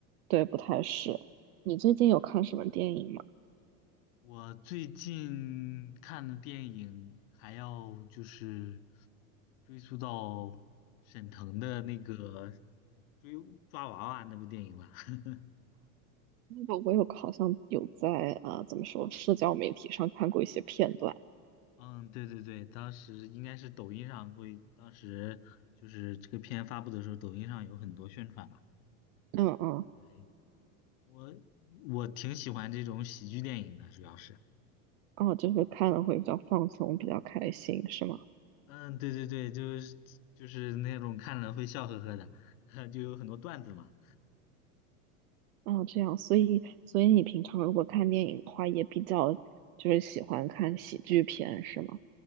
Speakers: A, on the right (about 75°); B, on the left (about 65°).
A: 对，不太是。你最近有看什么电影吗？
B: 我最近看的电影还要就是追溯到沈腾的那个追抓娃娃那部电影了。<laughs>
A: 那个我有好像有在啊呃怎么说，社交媒体上看过一些片段。
B: 嗯，对对对，当时应该是抖音上会，当时就是这个片发布的时候，抖音上有很多宣传嘛。
A: 嗯嗯，
B: 对，我我挺喜欢这种喜剧电影的，主要是，
A: 哦，就是看了会比较放松，比较开心，是吗？
B: 嗯，对对对，就是就是那种看了会笑呵呵的，<laughs> 就有很多段子嘛。
A: 哦，这样，所以所以你平常如果看电影的话，也比较就是喜欢看喜剧片，是吗？